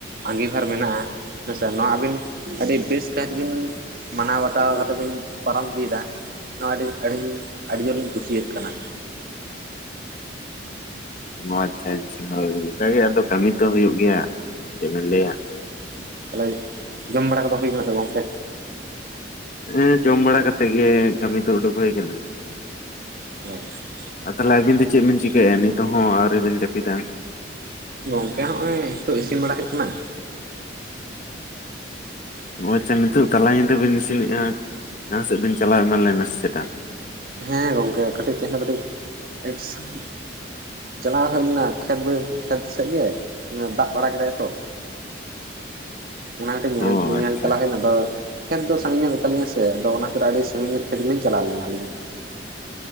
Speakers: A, on the right; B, on the left.
A: ᱟᱸᱜᱤᱵᱷᱟᱨ ᱢᱮᱱᱟᱜᱼᱟ ᱦᱮᱸᱥᱮ ᱱᱚᱣᱟ ᱟᱵᱤᱱ ᱟᱹᱰᱤ ᱵᱮᱥ ᱠᱟᱭᱛᱮ ᱜᱮ ᱵᱤᱱ ᱢᱟᱱᱟᱣ ᱵᱟᱛᱟᱣ ᱠᱟᱛᱮ ᱵᱤᱱ ᱯᱟᱨᱚᱢ ᱤᱫᱤᱭᱮᱫᱟ, ᱱᱚᱣᱟ ᱟᱹᱰᱤ ᱟᱹᱰᱤᱧ ᱟᱹᱰᱤ ᱡᱳᱨᱞᱤᱧ ᱠᱩᱥᱤᱭᱟᱹᱜ ᱠᱟᱱᱟ᱾
B: ᱚ ᱟᱪᱪᱷᱟ ᱟᱪᱪᱷᱟ ᱦᱳᱭ ᱚᱝᱠᱟ ᱜᱮ ᱟᱫᱚ ᱠᱟᱹᱢᱤ ᱛᱚ ᱦᱩᱭᱩᱜ ᱜᱮᱭᱟ᱾ ᱪᱮᱫ ᱵᱮᱱ ᱞᱟᱹᱭᱟ
A: <inaudible> ᱛᱟᱦᱚᱞᱮ ᱡᱚᱢ ᱵᱟᱲᱟ ᱠᱚᱫᱚ ᱦᱳᱭ ᱠᱟᱱᱟ ᱥᱮ ᱜᱚᱝᱠᱮ?
B: ᱮᱸ ᱡᱚᱢ ᱵᱟᱲᱟ ᱠᱟᱛᱮᱜ ᱜᱮ ᱠᱟᱢᱤ ᱫᱚ ᱩᱰᱩᱠ ᱦᱳᱭ ᱠᱟᱱᱟ᱾
A: <unintelligible>
B: ᱟᱨ ᱛᱟᱦᱚᱞᱮ ᱟᱹᱵᱤᱱ ᱫᱚ ᱪᱮᱫ ᱵᱤᱱ ᱪᱤᱠᱟᱹᱭᱮᱜ-ᱟ ᱱᱤᱛᱚᱜ ᱦᱚᱸ ᱟᱹᱣᱨᱤ ᱵᱤᱱ ᱡᱟᱹᱯᱤᱫᱟ?
A: ᱜᱚᱝᱠᱮ ᱦᱚᱸᱜᱼᱚᱭ ᱦᱤᱛᱚᱜ ᱤᱥᱤᱱ ᱵᱟᱲᱟ ᱦᱩᱭᱩᱜ ᱠᱟᱱᱟ᱾
B: ᱚ ᱟᱪᱪᱷᱟ ᱱᱤᱛᱚᱜ ᱛᱟᱞᱟ ᱧᱤᱫᱟᱹ ᱵᱤᱱ ᱤᱥᱤᱱᱮᱫᱼᱟ, ᱡᱟᱦᱟᱸ ᱥᱮᱫ ᱵᱤᱱ ᱪᱟᱞᱟᱣ ᱮᱢᱟ ᱞᱮᱱᱟ ᱪᱮᱛᱟ?
A: ᱦᱮᱸ ᱜᱚᱝᱠᱮ ᱠᱟᱹᱴᱤᱡ ᱛᱮᱦᱮᱧ ᱫᱚ ᱠᱟᱹᱴᱤᱡ <inaudible> ᱪᱟᱞᱟᱣ ᱦᱳᱭ ᱞᱮᱱᱟ ᱠᱷᱮᱛ ᱵᱟᱹ ᱠᱷᱮᱛ ᱥᱮᱫ ᱜᱮ ᱫᱟᱜ ᱵᱟᱲᱟ ᱠᱮᱫᱟᱭ ᱛᱚ᱾
B: <unintelligible> <inaudible>
A: ᱚᱱᱟ ᱠᱟᱹᱴᱤᱡ ᱧᱮᱞ
B: ᱚ
A: ᱧᱮᱧᱮᱞ
B: ᱟᱪᱪᱷᱟ
A: ᱪᱟᱞᱟᱣ
B: ᱟᱪᱪᱷᱟ
A: ᱦᱩᱭᱮᱱᱟ ᱟᱫᱚ ᱠᱷᱮᱛ ᱫᱚ ᱥᱟᱺᱜᱤᱧ ᱧᱚᱜ ᱜᱮᱛᱟᱞᱤᱧᱟ ᱥᱮ ᱟᱫᱚ ᱚᱱᱟ ᱠᱷᱟᱛᱤᱨ ᱟᱹᱰᱤ ᱥᱟᱺᱜᱤᱧ ᱧᱚᱜ ᱠᱷᱮᱛ ᱜᱮᱞᱤᱧ ᱪᱟᱞᱟᱣ ᱞᱮᱱᱟᱞᱤᱧ᱾